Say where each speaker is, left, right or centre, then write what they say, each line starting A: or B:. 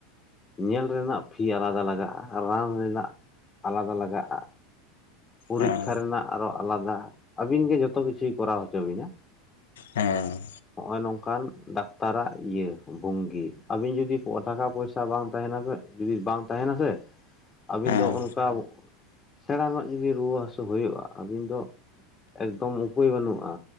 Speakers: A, on the left; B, on the left.
A: ᱧᱮᱞ ᱨᱮᱱᱟᱜ ᱯᱷᱤ ᱟᱞᱟᱫᱟ ᱞᱟᱜᱟᱜᱼᱟ ᱨᱟᱱ ᱨᱮᱱᱟᱜ ᱟᱞᱟᱫᱟ ᱞᱟᱜᱟᱜᱼᱟ᱾ ᱯᱚᱨᱤᱠᱠᱷᱟ
B: ᱦᱮᱸ
A: ᱨᱮᱱᱟᱜ ᱟᱨᱚ ᱟᱞᱟᱫᱟ ᱟᱹᱵᱤᱱ ᱜᱮ ᱡᱚᱛᱚ ᱠᱤᱪᱷᱩᱭ ᱠᱚᱨᱟᱣ ᱦᱚᱪᱚ ᱵᱤᱱᱟ᱾
B: ᱦᱮᱸ
A: ᱦᱚᱜᱼᱚᱭ ᱱᱚᱝᱠᱟᱱ ᱰᱟᱠᱛᱟᱨᱟᱜ ᱤᱭᱟᱹ ᱵᱷᱚᱝᱜᱤ ᱟᱹᱵᱤᱱ ᱡᱩᱫᱤ ᱴᱟᱠᱟ ᱯᱚᱭᱥᱟ ᱵᱟᱝ ᱛᱟᱦᱮᱱᱟ ᱥᱮ <inaudible> ᱡᱩᱫᱤ ᱵᱟᱝ ᱛᱟᱦᱮᱱᱟ ᱥᱮ ᱟᱹᱵᱤᱱ
B: ᱦᱮᱸ
A: ᱫᱚ ᱚᱱᱠᱟ
B: ᱦᱮᱸ
A: ᱥᱮᱬᱟ ᱨᱮᱱᱟᱜ ᱨᱩᱣᱟᱹ ᱦᱟᱹᱥᱩ ᱦᱩᱭᱩᱜᱼᱟ ᱟᱹᱵᱤᱱ ᱫᱚ ᱮᱠᱫᱚᱢ ᱩᱯᱟᱹᱭ ᱵᱟᱹᱱᱩᱜᱼᱟ